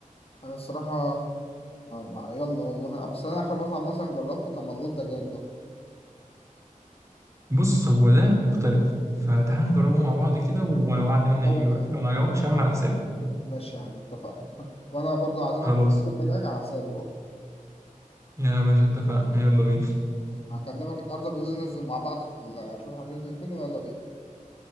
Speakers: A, on the left; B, on the right.
A: انا الصراحه آه، يلا والله بس انا اخر مطعم مثلا جربته كان مضغوط دجاج
B: بص هو ده مختلف فتعال نجربه مع بعض كده ووعد مني
A: برضه
B: هيعجبك
A: يعني
B: لو ما عجبكش يا عم على حسابي
A: ماشي يا عم اتفقنا <laughs> وانا برضه عازمك
B: خلاص
A: في مضغوط دجاج على حسابي برضه
B: يا باشا اتفقنا يلا بينا
A: هكلمك النهارده بالليل ننزل مع بعض في ال- اشوف هتنزل فين ويلا بينا